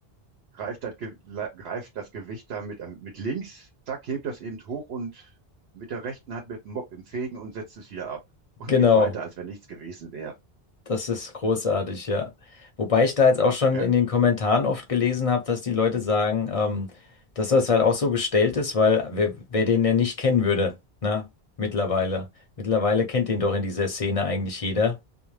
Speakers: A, on the right; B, on the left.
A: greift das, Ge greift das Gewicht da mit, äh, mit links, zack, hebt das eben hoch und mit der rechten Hand mit dem Mob im Fegen und setzt es wieder ab und
B: Genau.
A: geht weiter, als wenn nichts gewesen wäre.
B: Das ist großartig, ja. Wobei ich da jetzt auch schon
A: Ja,
B: in den Kommentaren oft gelesen habe, dass die Leute sagen, ähm, dass das halt auch so gestellt ist, weil wer, wer den denn nicht kennen würde, ne? Mittlerweile. Mittlerweile kennt den doch in dieser Szene eigentlich jeder.